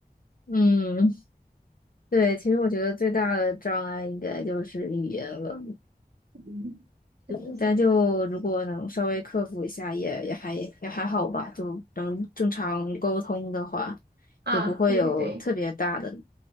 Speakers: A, on the left (about 60°); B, on the right (about 75°).
A: 嗯，对，其实我觉得最大的障碍应该就是语言了。
B: 嗯，
A: 嗯但就如果能稍微克服一下也，
B: 是的，是的，
A: 也还也还好吧，就能正常沟通的话，
B: 啊，
A: 就不会有特别大的
B: 对对对，